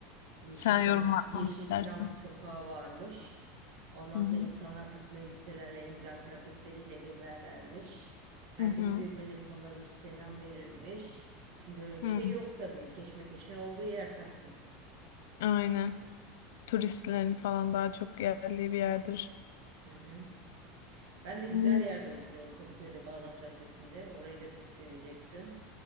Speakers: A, on the right (about 60°); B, on the left (about 80°).
A: Yeşilçam,
B: Sen yorum yapmak
A: Yeşilçam
B: istersen.
A: sokağı varmış. Ondan
B: Hı hı.
A: sonra insanlar takım elbiselerle en güzel kıyafetleriyle gezerlermiş. Herkes
B: Hı hı.
A: birbirini tanırmış, selam verirmiş. Şimdi öyle bir
B: Hı.
A: şey yok tabii. Keşmekeşin olduğu yer Taksim.
B: Aynen. Turistlerin falan daha çok yerli bir yerdir.
A: Hı hı. Ben de güzel
B: Hı.
A: yerde oturuyorum Kadıköy'de Bağdat Caddesi'nde. Orayı da çok seveceksin.